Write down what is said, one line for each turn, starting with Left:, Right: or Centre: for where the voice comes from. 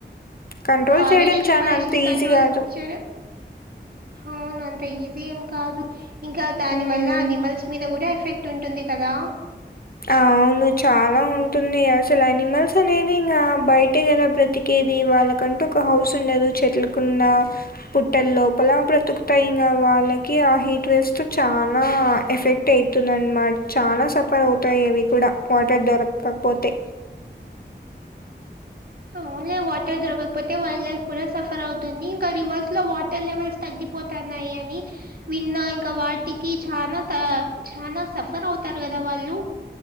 Left: కంట్రోల్
Right: ఫారెస్ట్
Left: చేయడం చానా
Right: ఫైర్స్ని
Left: అంత
Right: కంట్రోల్
Left: ఈజీ గాదు.
Right: చెయ్యడం అవును అంత ఈజీ ఏం కాదు ఇంకా దాని
Left: హ్మ్.
Right: వల్ల అనిమల్స్ మీద కూడా ఎఫెక్ట్ ఉంటుంది కదా
Left: అవును చాలా ఉంటుంది అసలు అనిమల్స్ అనేవి ఇంగ బయటె కదా బ్రతి కేది వాళ్ళకంటూ ఒక హౌస్ ఉండదు చెట్లకున్న పుట్టల లోపల బ్రతుకుతయి ఇంగ వాళ్ళకి ఆ హీట్ వేవ్స్ తో చాలా ఎఫెక్ట్ అయి తుందనమాట చాలా సఫర్ అవుతాయి అవి కూడా వాటర్ దొరకపోతే
Right: ఆ ఓన్లీ వాటర్ దొరకకపోతే వైల్డ్ లైఫ్ కూడా సఫర్ అవుతుంది ఇంకా రివర్స్ లో వాటర్ లెవెల్స్ తగ్గిపోతన్నాయి అని విన్నా ఇంకా వాటికి చానా త చానా సఫర్ అవుతారు కదా వాళ్ళు